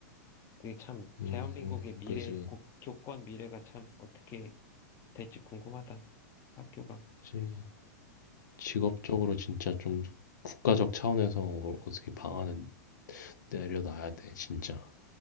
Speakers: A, on the left; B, on the left.
A: 그게 참
B: 음,
A: 대한민국의
B: 음,
A: 미래,
B: 그지.
A: 고- 교권 미래가 참 어떻게 될지 궁금하다. 학교가.
B: 그지. 직업적으로 진짜 좀 국가적 차원에서 어- 어떻게 방안을 내려놔야 돼, 진짜.